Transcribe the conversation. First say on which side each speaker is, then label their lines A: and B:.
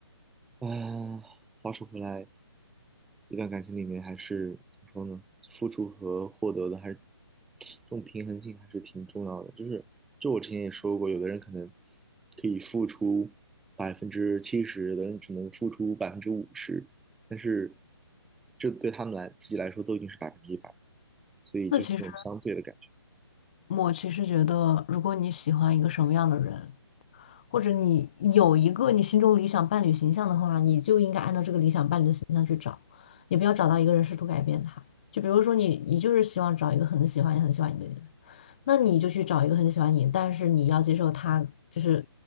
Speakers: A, in the centre; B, on the left.
A: 啊，话说回来，一段感情里面还是怎么说呢？付出和获得的还是这种平衡性还是挺重要的。就是，就我之前也说过，有的人可能可以付出百分之七十，有的人只能付出百分之五十，但是这对他们来自己来说都已经是百分之一百，所以就是那种相对的感觉，
B: 那其实我其实觉得，如果你喜欢一个什么样的人，或者你有一个你心中理想伴侣形象的话，你就应该按照这个理想伴侣的形象去找，你不要找到一个人试图改变他。就比如说你，你就是希望找一个很喜欢你、也很喜欢你的人。那你就去找一个很喜欢你，但是你要接受他，就是